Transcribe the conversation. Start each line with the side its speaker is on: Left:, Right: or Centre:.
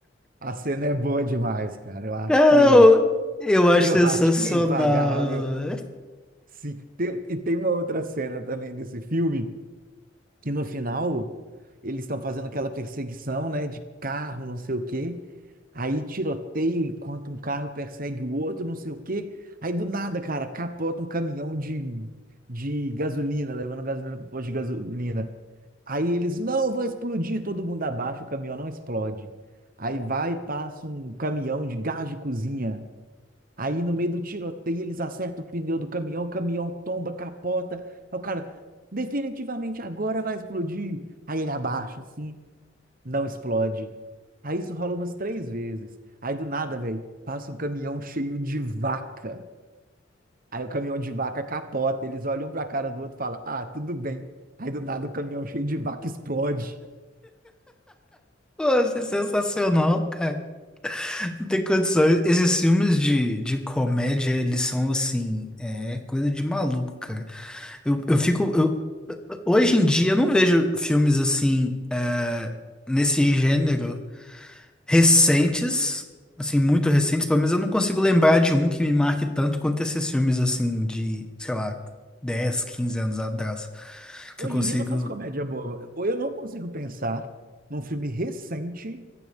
Right: a cena é boa demais, cara. Eu acho
Centre: Ah, Eu,
Right: que
Centre: eu acho
Right: Eu
Centre: sensacional.
Right: acho que é impagável.
Centre: velho.
Right: Sim. Tem- e tem uma outra cena também nesse filme, que no final eles estão fazendo aquela perseguição, né, de carro, não sei o quê. Aí tiroteio enquanto um carro persegue o outro, não sei o quê. Aí do nada, cara, capota um caminhão de, de gasolina, levando gasolina para o posto de gasolina. Aí eles, não, vai explodir, todo mundo abaixa, o caminhão não explode. Aí vai e passa um caminhão de gás de cozinha. Aí no meio do tiroteio eles acertam o pneu do caminhão, o caminhão tomba, capota. Aí o cara, definitivamente agora vai explodir. Aí ele abaixa assim, não explode. Aí isso rola umas três vezes. Aí do nada, velho, passa um caminhão cheio de vaca. Aí o caminhão de vaca capota, eles olham um pra cara do outro e falam, ah, tudo bem. Aí do nada o caminhão cheio de vaca explode.
Centre: Eu acho sensacional, cara. Não tem condições. Esses filmes de, de comédia, eles são assim, é coisa de maluco, cara. Eu, eu fico. eu- hoje em dia eu não vejo filmes assim, é, nesse gênero. recentes, assim, muito recentes, pelo menos eu não consigo lembrar de um que me marque tanto quanto esses filmes, assim, de, sei lá, 10, 15 anos atrás, que
Right: Hoje
Centre: eu consigo,
Right: em dia não faz comédia boa. Ou eu não consigo pensar num filme recente